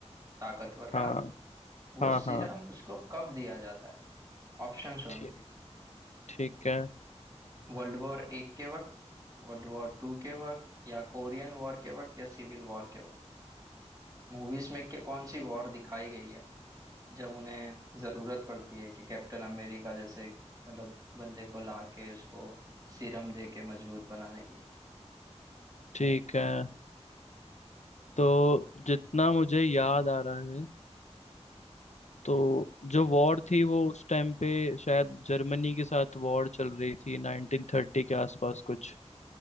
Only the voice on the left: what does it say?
हाँ
हाँ
हाँ
ठीक ठीक है
ठीक है तो जितना मुझे याद आ रहा है तो जो वॉर थी वो उस टाइम पे शायद जर्मनी के साथ वॉर चल रही थी 1930 के आसपास कुछ